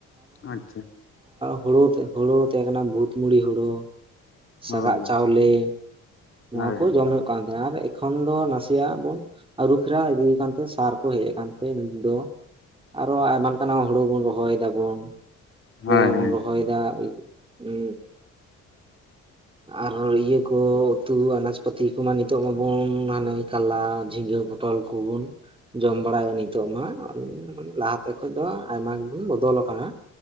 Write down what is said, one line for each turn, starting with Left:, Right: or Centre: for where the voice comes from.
Left: ᱟᱪᱪᱷᱟ
Right: ᱦᱳᱲᱩ ᱦᱩᱲᱳ ᱛᱮᱦᱮᱸ ᱠᱟᱱᱟ ᱵᱷᱩᱛ ᱢᱩᱲᱤ ᱦᱳᱲᱳ
Left: ᱦᱳᱭ
Right: ᱥᱟᱜᱟᱹᱜ ᱪᱟᱣᱞᱮ ᱱᱚᱶᱟ
Left: ᱦᱳᱭ
Right: ᱠᱚ ᱡᱚᱢ ᱦᱩᱭᱩᱜ ᱠᱟᱱ ᱛᱟᱦᱮᱸᱱᱟ ᱟᱨ ᱮᱠᱷᱚᱱ ᱫᱚ ᱱᱟᱥᱮᱭᱟᱜ ᱵᱚᱱ ᱟᱹᱨᱩᱯᱷᱮᱨᱟᱣ ᱤᱫᱤ ᱠᱟᱱᱛᱮ ᱥᱟᱨ ᱠᱚ ᱦᱮᱡ ᱟᱠᱟᱱ ᱛᱮᱸ ᱱᱤᱛ ᱫᱚ ᱟᱨᱚ ᱟᱭᱢᱟ ᱞᱮᱠᱟᱱᱟᱜ ᱦᱩᱲᱩ ᱵᱩᱱ ᱨᱚᱦᱚᱭ ᱫᱟᱵᱚᱱ ᱥᱮᱵᱩᱱ
Left: ᱦᱳᱭ ᱦᱳᱭ ᱦᱮᱸ
Right: ᱨᱚᱦᱚᱭ <unintelligible> ᱦᱩᱸ ᱟᱨ ᱤᱭᱟᱹ ᱠᱚ ᱩᱛᱩ ᱟᱱᱟᱡᱯᱟᱹᱛᱤ ᱠᱚ ᱱᱤᱛᱚᱜ ᱢᱟᱵᱚᱱ ᱦᱟᱱᱮ ᱠᱟᱞᱞᱟ ᱡᱷᱤᱸᱜᱟᱹ ᱯᱚᱴᱚᱞ ᱠᱚᱵᱚᱱ ᱡᱚᱢ ᱵᱟᱲᱟᱭᱮᱫ ᱱᱤᱛᱚᱜ ᱢᱟ ᱞᱟᱦᱟᱛᱮ ᱠᱷᱚᱱ ᱫᱚ ᱟᱭᱢᱟ ᱜᱮᱵᱚᱱ ᱵᱚᱫᱚᱞ ᱟᱠᱟᱱᱟ